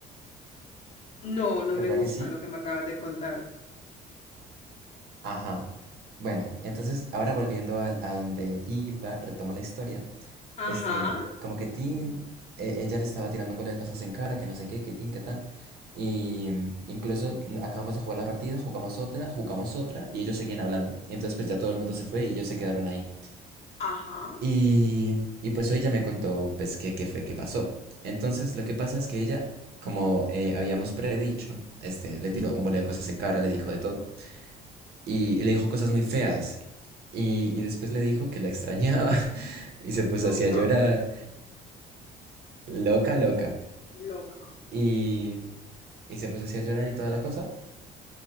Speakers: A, on the left; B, on the right.
A: No, no
B: ¿Verdad
A: me gusta
B: que sí?
A: lo que me acabas de contar.
B: Ajá. Bueno, entonces ahora volviendo al- a, donde iba, retomo la historia. este,
A: Ajá,
B: como que Tin, e- ella le estaba tirando un bola de cosas en cara, que no sé qué, que Tin, que tan. Y mm, incluso mm, acabamos de jugar la partida, jugamos otra, jugamos otra, y ellos seguían hablando. Y entonces pues ya todo el mundo se fue y ellos se quedaron ahí.
A: ajá.
B: Y, y pues hoy ya me contó pues qué, qué fue, qué pasó. Entonces lo que pasa es que ella, como eh, habíamos predicho, este, le
A: mm,
B: tiró un bola de cosas en cara, le dijo de todo. Y, y le dijo cosas muy feas. Y, y después le dijo que la extrañaba <laughs> y se puso
A: Loca,
B: así a llorar. Loca, loca.
A: loca.
B: y, y se puso así a llorar y toda la cosa.